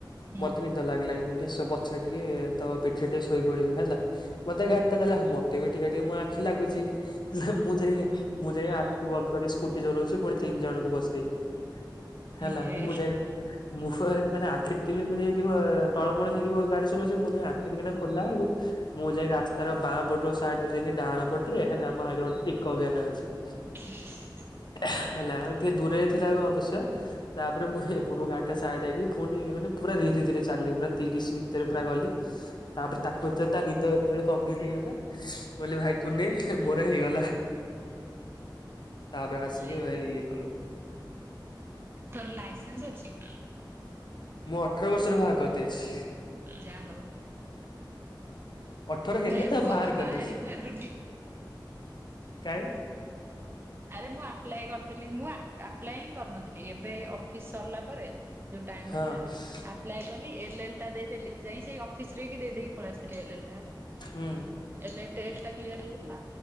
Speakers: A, on the right; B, on the left.
A: ହୁଁ
B: ମତେ ନିଦ ଲାଗିଲା ଇଁ ଟିକେ ସୋ ପଛରେ ଟିକେ ତୋ ପିଠିରେ ଟିକେ ଶୋଇ ପଡିବି ହେଲା ମୋତେ ଗାଡିଟା
A: ହୁଁ
B: ଦେଲା ମତେ ବି ଟିକେ ଟିକେ ମୋ ଆଖି ଲାଗୁଚି। ମୁଁ ଯାଇ ମୁଁ ଯାଇ ଆଖି ବନ୍ଦ କରି ସ୍କୁଟି ଚଲୋଉଚି ପୁଣି ତିନି ଜଣଙ୍କୁ ବସେଇକି। ହେଲା
A: ଏହେ
B: ମୁଁ ଯାଇ ମୁଁ ମାନେ ଆଖି ଟିଳିମିଳି ହେଇକି ଟଳମଳ ହେଇକି ଗାଡି ଚଲୋଉଚି ମୁଁ ଯା ସେଠିକିନା ଖୋଲା ଆଉ ମୁଁ ଯାଇ ରାସ୍ତାର ବାଁ ପଟ ସାଇଡରେ ଯାଇକି ଡାହାଣ ପଟରେ ହେଲା ମୋ ଆଗରେ ଗୋଟେ ପିକଅପ୍ ଭ୍ୟାନ ଅଛି।
A: <unintelligible>
B: ହେଲା ଟିକେ ଦୂରରେ ଥିଲା ଅବଶ୍ୟ। ତାପରେ ମୁଁ ଏପଟକୁ ଗାଡି ଟା ସାଇଡ ଆଇଁଲି ଫୁଣି ମାନେ ପୁରା ଧୀରେ ଧୀରେ ଚାଲଲିି ପୁରା ତିରିଶ ଭିତରେ ପୁରା ଗଲି। ତାପରେ ତାକୁ ଏତ ତା ନିଦ ଯେତେବେଳେ କମ୍ପ୍ଲିଟ୍ ହେଇଗଲା ବ ଭାଇ ତୁନେ ମୋର ହେଇଗଲା। ତାପରେ ଆସିକି
A: ଏଇ
B: ଭାଇ ଇଏ କଲୁ।
A: ତୋର ଲାଇସେନ୍ସ୍ ଅଛି?
B: ମୁଁ ଅଠର ବର୍ଷର ବାହାର୍ କରିଦେଇଛି।
A: ଯା ହୋଉ।
B: ଅଠର ହେଲା
A: ଏପର୍ଯ୍ୟନ୍ତ
B: ତ ଭାଆର କଲି।
A: ବାହାରି ପାରୁନି।
B: କାଇଁ
A: ଆରେ ମୁଁ ଆପ୍ଲାଏ କରିଥିଲି ମୁଁ ଆ ଆପ୍ଲାଏ ହିଁ କରିନଥିଲି ଏବେ ଅଫିସ୍ ସରିଲା ପରେ ଯୋଉ ଟାଇମ
B: ହଁ।
A: ମିଳିଲା ଆପ୍ଲାଏ କଲି ଏଲ୍ ଏଲ୍ ଟା ଦେଇଦେଲି ଯାଇଁ ସେଇ ଅଫିସ ରେକି ଦେଇକି ପଳେଇସିଲି ଏଲ୍ଏଲ୍। ହେଲା
B: ହୁଁ
A: ଆଁ ଏଲେ ଟେଷ୍ଟ୍ ଟା କ୍ଲିଅର୍ ହେଇଯାଇଥିଲା